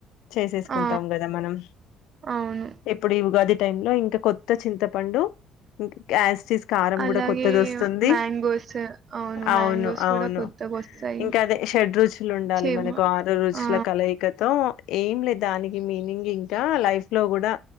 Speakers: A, on the left; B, on the right.
A: చేసేసుకుంటాం
B: ఆ!
A: కదా మనం
B: అవును.
A: ఎప్పుడు ఈ ఉగాది టైమ్ లో ఇంక కొత్త చింతపండు ఇం య్యాటిజ్ కారం
B: అలాగే
A: కూడా కొత్తది వస్తుంది
B: మ్యాంగోస్
A: అవును
B: మ్యాంగోస్
A: అవును
B: కూడా కొత్తగొస్తాయి.
A: ఇంకా అదే షడ్ రోజులు ఉండాలి
B: చేమ
A: మనకు ఆరు రుచుల
B: ఆ!
A: కలయిక తో ఏం లేదు దానికి మీనింగ్ ఇంకా లైఫ్ లో కూడా